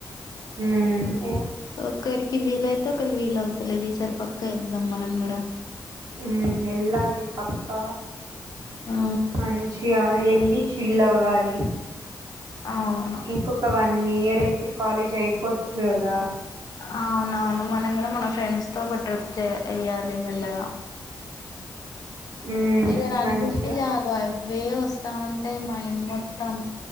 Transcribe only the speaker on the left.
ఒక్కరికి వీలు తుకన్ వీలు అవుతలేదు ఈసారి పక్క వెళ్దాం మనం కూడా
ఆ
అవును
అవునవును మనం కూడా మన ఫ్రెండ్స్ తో ఒక ట్రిప్ చే ఎయ్యాలి మెల్లగా
ఏదైనా అనుకుంటే
చాలు అవే వస్తా ఉంటాయి మైండ్ మొత్తం